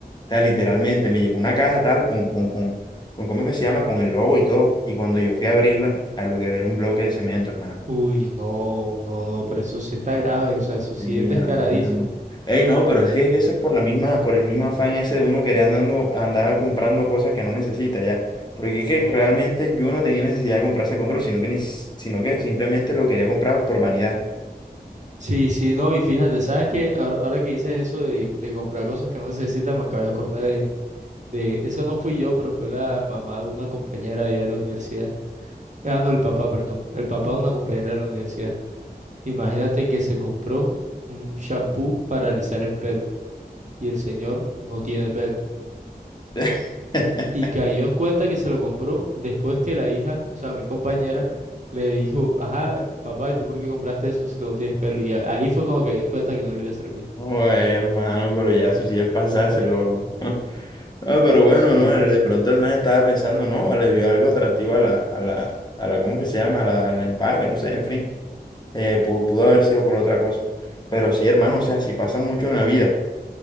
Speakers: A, on the left; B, on the right.
A: sea, literalmente me llegó una caja tal con, con, con, con, ¿cómo es que se llama? Con el logo y todo. Y cuando yo fui a abrirla, a lo que era un bloque de cemento, hermano.
B: Uy, no, no, no, pero eso sí está grave, o sea, eso sí
A: Y
B: es descaradísimo.
A: hermano. Ey, no, pero sí es que eso es por la misma, por el mismo afán ese de uno querer andando, andar comprando cosas que no necesita ya. Porque es que
B: No,
A: realmente
B: sí.
A: yo no tenía necesidad de comprar ese control, sino que, ni- sino que simplemente lo quería comprar por vanidad.
B: Sí, sí, no, y fíjate, ¿sabes qué? Ahora, ahora que dices eso de, de comprar cosas que no necesitas, me acabo de acordar de, de, eso no fui yo, pero fue la mamá de una compañera allá de la universidad. Ah, no, el papá, perdón, el papá de una compañera de la universidad. Imagínate que se compró un shampoo para alisar el pelo y el señor no tiene pelo.
A: <laughs>
B: Y cayó en cuenta que se lo compró después que la hija, o sea, mi compañera, le dijo, ajá, papá, ¿y tú por qué compraste eso si tú no tienes pelo? Y a- ahí fue cuando cayó en cuenta que no le iba a servir.
A: Oye, hermano, pero ya eso sí es pasarse, loco. <laughs> Ah, pero bueno,
B: Sí.
A: no, El- de pronto el man estaba pensando, no, le vio algo atractivo a la, a la, a la, ¿cómo que se llama? A la, al empaque, no sé, en fin, Eh, pu- pudo, haber sido por otra cosa. Pero sí, hermano, o sea, sí pasa mucho en la vida.